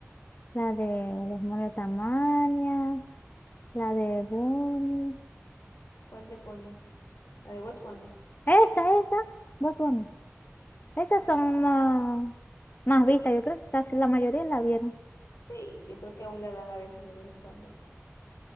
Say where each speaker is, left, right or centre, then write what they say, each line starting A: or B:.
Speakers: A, on the left; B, on the left.
A: la de Demonios Tamaña, la de Bunny.
B: ¿Cuál de Bonnie? La de Watch Bunny.
A: Esa, esa, Bad Bunny.
B: ujú.
A: Esas son más, más vistas. Yo creo que casi la mayoría la vieron.
B: Sí, yo creo que aún la dan a veces de vez en cuando.